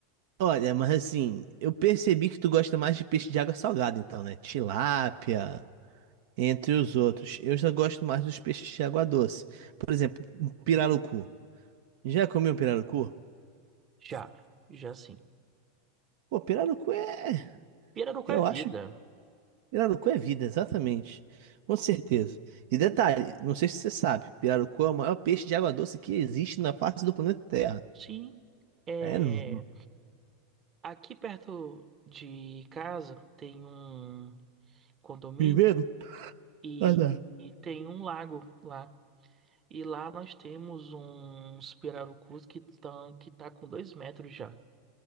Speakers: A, on the right; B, on the right.
A: Olha, mas assim, eu percebi que tu gosta mais de peixe de água salgada, então, né? Tilápia, entre os outros. Eu já gosto mais dos peixes de água doce. Por exemplo, um pirarucu. Já comeu um pirarucu?
B: Já, já sim.
A: Pô, pirarucu é.
B: Pirarucu
A: Eu
B: é vida.
A: acho. Pirarucu é vida, exatamente. Com certeza. E detalhe, não sei se você sabe, pirarucu é o maior peixe de água doce que existe na face do planeta Terra.
B: Sim. É,
A: É, não. não-
B: aqui perto de casa tem um condomínio
A: Viveiro?
B: e,
A: Mas é.
B: e tem um lago lá. E lá nós temos uns pirarucus que estão que tá com dois metros já.